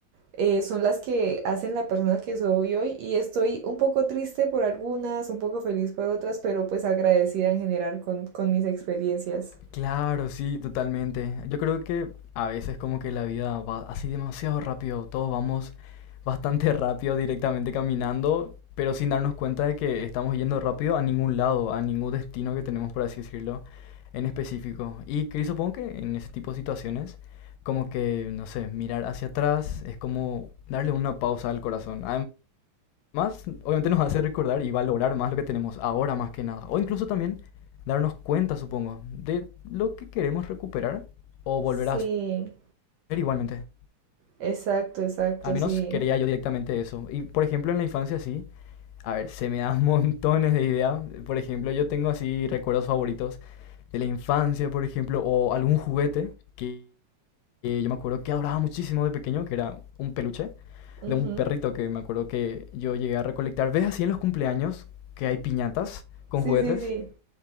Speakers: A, on the right (about 75°); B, on the left (about 80°).
A: eh, son las que hacen la persona que soy hoy y estoy un poco triste por algunas, un poco feliz por otras, pero pues agradecida en general con, con mis experiencias.
B: Claro, sí, totalmente. Yo creo que a veces como que la vida va así demasiado rápido, todos vamos bastante <laughs> rápido directamente caminando, pero sin darnos cuenta de que estamos yendo rápido a ningún lado, a ningún destino que tenemos, por así decirlo, en específico. Y que supongo que en ese tipo de situaciones, como que, no sé, mirar hacia atrás es como darle una pausa al corazón más obviamente nos hace recordar y valorar más lo que tenemos ahora más que nada. O incluso también darnos cuenta, supongo, de lo que queremos recuperar o volver
A: Sí,
B: a hacer igualmente.
A: exacto, exacto,
B: Al menos
A: sí.
B: quería yo directamente eso. Y por ejemplo en la infancia sí, a ver, se me dan <laughs> montones de ideas. Por ejemplo, yo tengo así recuerdos favoritos de la infancia, por ejemplo, o algún juguete que eh, yo me acuerdo que adoraba muchísimo de pequeño, que era un peluche
A: Ujú.
B: de un perrito que me acuerdo que yo llegué a recolectar. ¿Ves así en los cumpleaños que hay piñatas con
A: Sí,
B: juguetes?
A: sí, sí.